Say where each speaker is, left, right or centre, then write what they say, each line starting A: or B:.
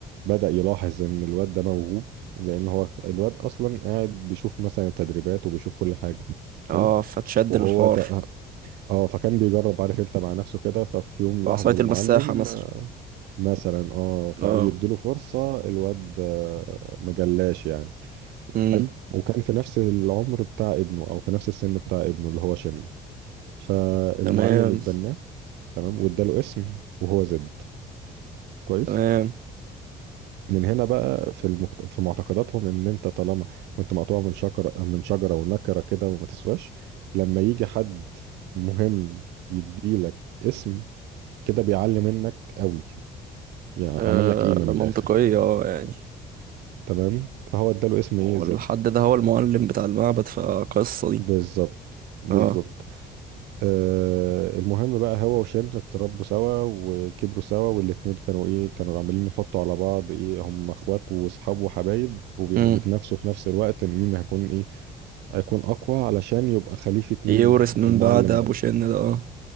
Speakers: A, on the right; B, on the right.
A: بدأ يلاحظ ان الواد ده موهوب لان هو الواد اصلا قاعد بيشوف مثلا التدريبات وبيشوف كل حاجة
B: اه
A: حلو
B: فتشد
A: وهو
B: الحوار
A: تق... اه فكان بيجرب عارف انت مع نفسه كده ففي يوم لاحظه
B: بعصايه
A: المعلم
B: المساحه مثلا
A: آه، مثلا اه فقال
B: اه
A: يديله فرصة الواد آه، مجلاش يعني
B: امم
A: حلو وكان في نفس العمر بتاع ابنه او في نفس السن بتاع ابنه اللي هو شن فالمعلم
B: تمام
A: اتبناه تمام واداله اسم وهو زد كويس
B: تمام
A: من هنا بقى في المكت... في معتقداتهم ان انت طالما كنت مقطوع من شجره من شجره ونكره كده وما تسواش لما يجي حد مهم يديلك اسم كده بيعلي منك قوي يعني
B: آه
A: عمل لك قيمه
B: منطقية
A: من الاخر
B: اه يعني
A: تمام فهو اداله اسم
B: والحد
A: ايه زد
B: ده هو المعلم بتاع المعبد فقصة دي
A: بالظبط بالظبط
B: اه
A: آه، المهم بقى هو وشن اتربوا سوا وكبروا سوا والاتنين كانوا ايه كانوا عمالين يحطوا على بعض ايه هم اخوات واصحاب وحبايب وبي-
B: امم
A: وبيتنافسوا في نفس الوقت إن مين هيكون ايه هيكون اقوى علشان يبقى خليفة مين
B: يورث من
A: المعلم
B: بعد ابو
A: ده
B: شن ده اه